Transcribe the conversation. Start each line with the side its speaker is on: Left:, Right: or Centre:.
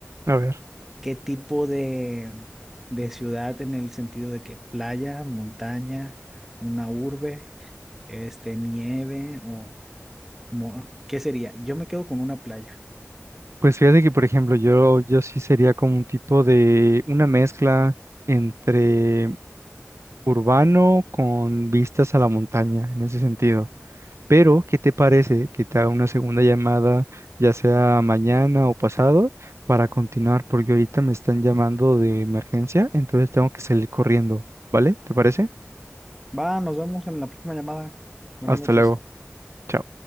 Right: A ver,
Centre: ¿qué tipo de, de ciudad en el sentido de que playa, montaña, una urbe, este, nieve o mo- qué sería? Yo me quedo con una playa.
Right: pues fíjate que, por ejemplo, yo, yo sí sería como un tipo de una mezcla entre urbano con vistas a la montaña, en ese sentido. Pero, ¿qué te parece que te haga una segunda llamada, ya sea mañana o pasado, para continuar? Porque ahorita me están llamando de emergencia, entonces tengo que salir corriendo, ¿vale? ¿Te parece?
Centre: Va, nos vemos en la próxima llamada. Buenas
Right: Hasta
Centre: noches.
Right: luego. Chao.